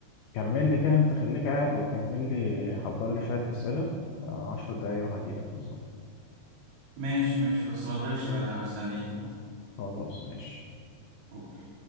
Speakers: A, on the left; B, on the right.
A: كمل لي كده انت خليك قاعد وكمل لي حضر لي شوية أسئلة آه، عشر دقايق وهجيلك بالظبط
B: ماشي ماشي بس ما تغيبش بقى أنا مستنيك أهو.
A: خلاص ماشي
B: أوكي